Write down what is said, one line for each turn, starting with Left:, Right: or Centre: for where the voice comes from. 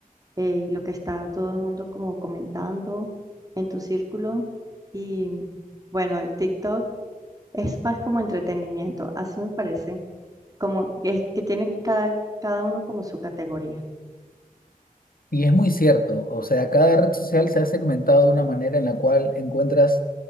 Right: eh, y lo que está todo el mundo como comentando en tu círculo. Y bueno, el TikTok es más como entretenimiento, así me parece, como que, que tiene cada, cada uno como su categoría.
Left: Y es muy cierto, o sea, cada red social se ha segmentado de una manera en la cual encuentras